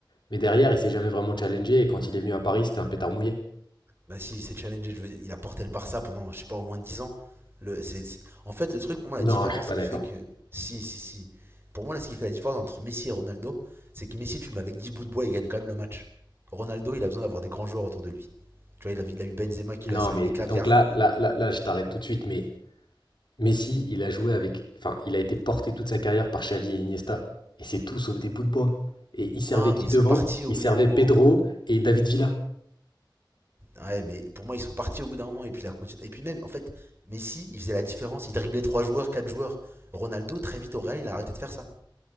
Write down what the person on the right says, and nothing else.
Bah, si c'est challengé, je veux dire, il a porté le Barça pendant, je sais pas, au moins 10 ans. Le, c'est, c'est- En fait, le truc, pour moi,
la différence
qui
fait que. Si, si, si. Pour moi, là, ce qui fait la différence entre Messi et Ronaldo, c'est que Messi, tu le mets avec 10 bouts de bois, il gagne quand même le match. Ronaldo, il a besoin d'avoir des grands joueurs autour de lui. Tu vois, il a, il a eu Benzema qui
lui a servi
des caviars.
Non,
mais ils
sont partis au
bout
d'un moment.
Ouais, mais pour moi, ils sont partis au bout d'un moment et puis la continuité. Et puis même, en fait, Messi, il faisait la différence. Il driblait 3 joueurs, 4 joueurs. Ronaldo, très vite au Real, il a arrêté de faire ça.